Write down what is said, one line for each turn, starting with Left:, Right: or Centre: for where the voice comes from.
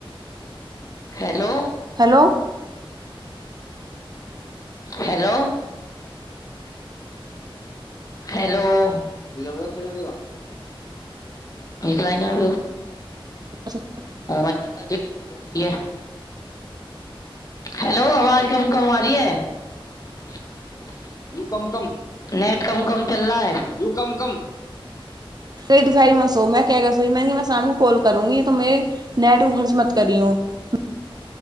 Left: hello
Right: hello
Left: hello hello <unintelligible> निकला नहि ओ
Right: तो
Left: ी व्यक्ति ोलल <unintelligible> हैलो आवाज कम कम आ रहि है यू कम कम नेट कम कम चल रहा है यु कम कम
Right: त दुपहीमेसो मै क कसोई मै मसान को कल करूंगी <unintelligible> त नेट उ खर्च मत करी हूँ <unintelligible>